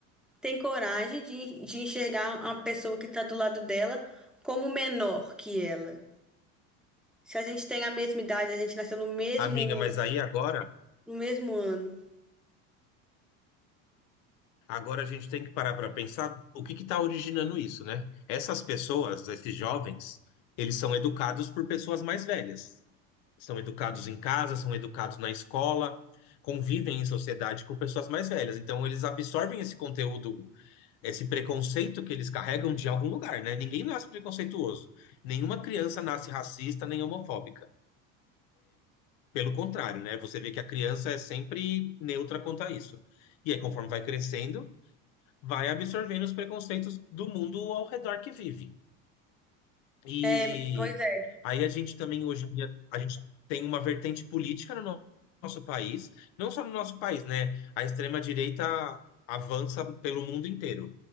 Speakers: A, in the centre; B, on the left.
A: tem coragem de, de enxergar uma pessoa que está do lado dela como menor que ela? Se a gente tem a mesma idade, a gente nasceu no mesmo,
B: amiga, mas aí agora,
A: no mesmo ano.
B: agora a gente tem que parar para pensar o que está originando isso, né? Essas pessoas, esses jovens, eles são educados por pessoas mais velhas. São educados em casa, são educados na escola, convivem em sociedade com pessoas mais velhas. Então, eles absorvem esse conteúdo esse preconceito que eles carregam de algum lugar, né? Ninguém nasce preconceituoso. Nenhuma criança nasce racista nem homofóbica. Pelo contrário, né? Você vê que a criança é sempre neutra quanto a isso. E aí, conforme vai crescendo, vai absorvendo os preconceitos do mundo ao redor que vive. E
A: É, pois é.
B: aí a gente também hoje em dia a gente tem uma vertente política no no- nosso país, não só no nosso país, né? A extrema-direita avança pelo mundo inteiro.